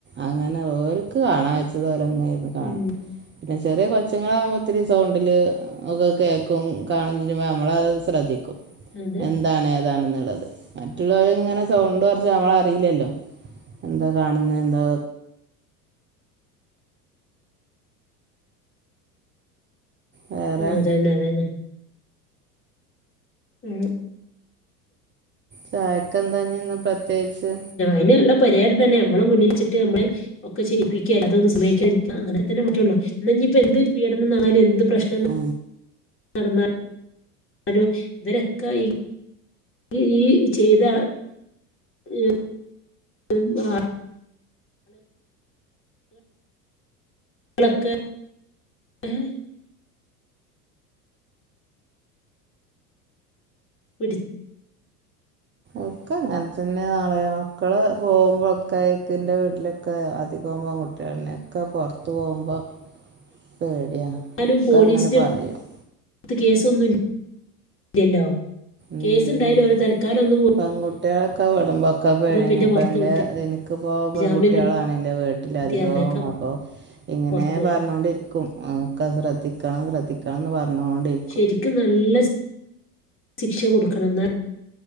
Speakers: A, on the right (about 25°); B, on the left (about 25°).
A: അങ്ങനെ ഓല്ക്ക് കാണാൻ വെച്ചത് ഓല് അങ്ങനെ നെ ഇരുന്ന് കാണും
B: ഉം
A: പിന്നെ ചെറിയ കൊച്ചങ്ങളകുമ്പോ ഒത്തിരി സൗണ്ടിൽ ഒക്കെ കേൾക്കും കാണുചെയ്യുമ്പോ നമ്മളത്ത് ശ്രദ്ധിക്കും
B: അതെ
A: എന്താണ് ഏതാണെന്നുള്ളത് മറ്റുള്ളവർ ഇങ്ങനെ സൗണ്ട് കുച്ച്നമ്മളറിയില്ലല്ലോ എന്താ കാണുന്നത് എന്താ വേറെ
B: ഉംഅതന്നെ അതന്നെ ഉം
A: ചായക്ക ന്തയിഞ്ഞ് പ്രത്യേകിച്ച്
B: അതിനുള്ള പരിഹാരം തന്നെ നമ്മള് മുന്നിൽിച്ചിട്ട് നമ്മള് ഒക്കെ ചെയ്യിപ്പിക്കാ അതൊന്ന് സമഹക്കാരിക്കാം അങ്ങനെന്നെറ്റുള്ളൂ ഇ ഇപ്പ എന്ത് പീഡനംാണാലും എന്ത് പ്രശ്നം
A: ആ
B: നടന്നാലും ഇവരൊക്കെ ഈ ഈ ഈ ചെയ്ത <unintelligible> <inaudible> ഉം ആ <unintelligible> പിടി
A: ഒക്കെ അങ്ങനെ തന്നെ മളെ മക്കള് പോകുമ്പോഴൊക്കെക്കിൻ്റെ വീട്ടിലൊക്കെ അധികംകുമ്പോം കട്ടും ണ്ണൊക്കെ പുറത്ത് പോവുമ്പോ പേടിയാ
B: എന്നാലും
A: ഒക്കെ
B: പോലീസിന്റെത്ത്
A: അങ്ങനെ പറയും
B: കേസൊന്നു ഇൽയല്ലോ
A: ഉം
B: കേസ് ഉണ്ടായാലും ഓല് തൽക്കാലം ഒന്ന് പൊ
A: പെൺകുട്ടികളൊക്കെ വിെടുമ്പോഴൊക്കെ പഴിനി
B: പിന്നെ
A: ഇപ്പോൾ
B: പുറത്ത്
A: എൻ്റെ
B: വിട്ട്
A: എനിക്കിപ്പോൾ പെൺകുട്ടിളാണ്
B: ജാമ്യം
A: എൻ്റെ വീട് നട്ടിലധികം
B: കിട്ടി പറഞ്ഞേക്കാ
A: അപ്പ ഇങ്ങനെ
B: പുറത്ത് പോയി
A: പറഞ്ഞൊണ്ടിരിക്ക ും അതൊക്കെ ശ്രദ്ധിക്കണം ശ്രദ്ധിക്കണംന്ന് പറഞ്ഞോണ്ടിരി
B: ശരിക്കും നല്ല സ് ശിക്ഷ കൊടുക്കണം ന്നാല്